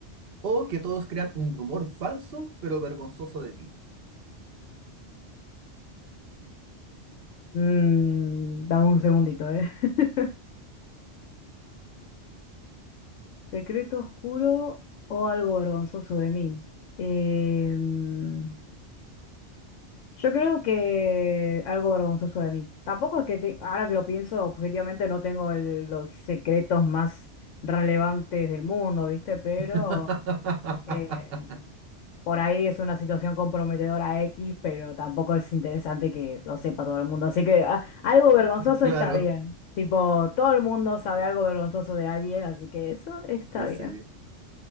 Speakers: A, on the right; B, on the left.
A: o que todos crean un rumor falso pero vergonzoso de ti?
B: Mm, dame un segundito, ¿eh? <laughs> Secreto oscuro o algo vergonzoso de mí. Em, Yo creo que algo vergonzoso de mí. Tampoco es que te- ahora que lo pienso, objetivamente no tengo el- los secretos más relevantes del mundo, ¿viste? Pero
A: <laughs>
B: eh, por ahí es una situación comprometedora X, pero tampoco es interesante que lo sepa todo el mundo. Así que ah, algo vergonzoso
A: Claro,
B: está bien. Tipo, todo el mundo sabe algo vergonzoso de alguien, así que eso está
A: y
B: bien.
A: sí.